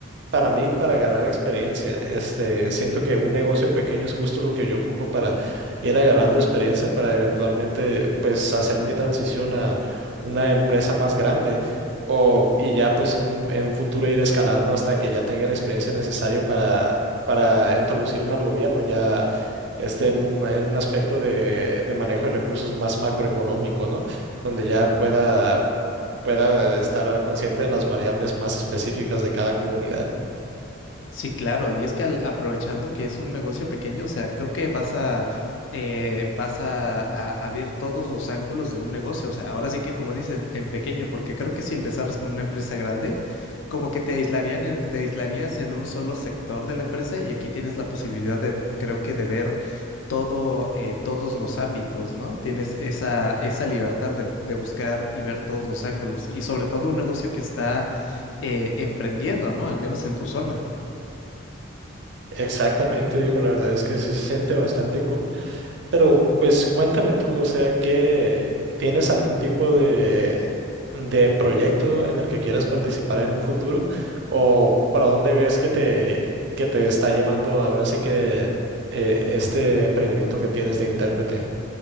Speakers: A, on the right; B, on the left.
A: para mí, para agarrar experiencia, este, siento que un negocio pequeño es justo lo que yo ocupo para ir agarrando experiencia para eventualmente, pues, hacer mi transición a una empresa más grande o, y ya, pues, un- en un futuro ir escalando hasta que ya tenga la experiencia necesaria para, para introducirme al gobierno, ya, este, en un, en un aspecto de, de manejo de recursos más macroeconómico, ¿no? Donde ya pueda, pueda estar consciente de las variables más específicas de cada comunidad.
B: Sí, claro, y es que al- aprovechando que es un negocio pequeño, o sea, creo que vas a eh, vas a, a- a ver todos los ángulos de un negocio, o sea, ahora sí que como dicen, en pequeño, porque creo que si empezaras con una empresa grande, como que te aislarían, en- te aislarías en un solo sector de la empresa y aquí tienes la posibilidad de, creo que de ver todo, eh, todos los ámbitos, ¿no? Tienes esa, esa libertad de, de buscar y ver todos los ángulos y sobre todo un negocio que está eh, emprendiendo, ¿no? Al menos en tu zona.
A: Exactamente, dijo, la verdad es que sí se siente bastante cool. Pero pues cuéntame tú, o sea, ¿qué tienes algún tipo de, de proyecto en el que quieras participar en un futuro? ¿O para dónde ves que te, que te está llevando ahora sí que eh, este emprendimiento que tienes de intérprete?